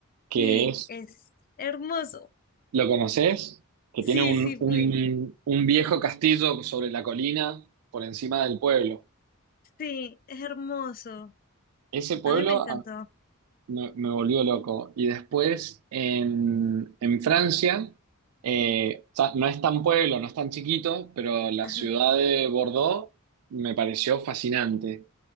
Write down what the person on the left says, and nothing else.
sí,
es hermoso.
Sí,
sí, fui.
Sí, es hermoso.
A mí me encantó.
Ajá.